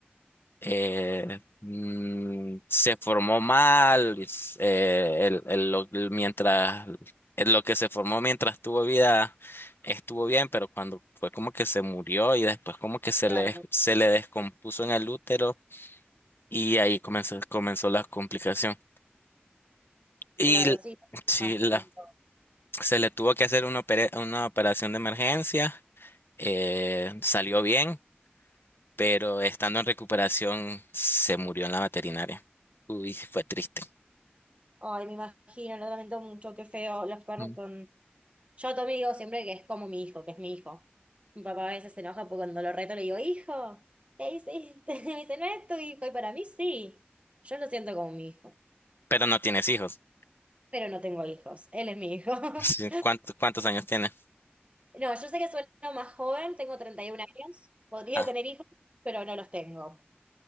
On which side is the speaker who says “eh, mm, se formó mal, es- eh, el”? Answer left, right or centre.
Left